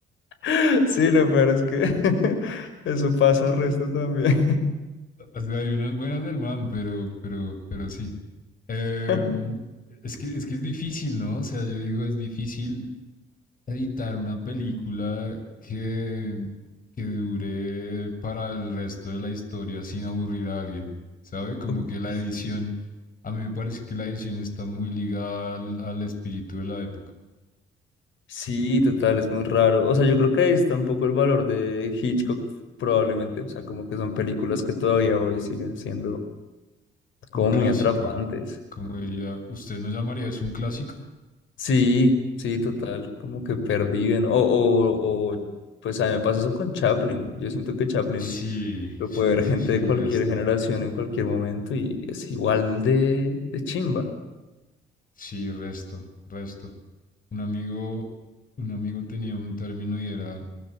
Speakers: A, on the left; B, on the left.
A: <laughs> sí, lo peor es que <laughs> eso pasa al resto también.
B: O sea, hay unas buenas del man, pero, pero, pero sí. Em,
A: <laughs>
B: es que, es que es difícil, ¿no? O sea, yo digo, es difícil editar una película que, que dure para el resto de la historia sin aburrir a alguien, ¿sabe? Como
A: Uy,
B: que la
A: Sí,
B: edición, a mí me parece que la edición está muy ligada al, al espíritu de la época.
A: Sí, total, es muy raro. O sea, yo creo que ahí está un poco el valor de Hitchcock, probablemente. O sea, como que son películas que todavía hoy siguen siendo como
B: Un clásico,
A: muy atrapantes.
B: como diría, ¿usted no llamaría eso un clásico?
A: Sí, sí, total, como que perviven. O, o, o, pues a mí me pasa eso con Chaplin. Yo siento que Chaplin
B: Sí,
A: lo
B: sí,
A: puede ver
B: sí,
A: gente
B: sí,
A: de cualquier
B: resto.
A: generación en cualquier momento y es igual de, de chimba.
B: Sí, resto, resto. Un amigo, un amigo tenía un término y era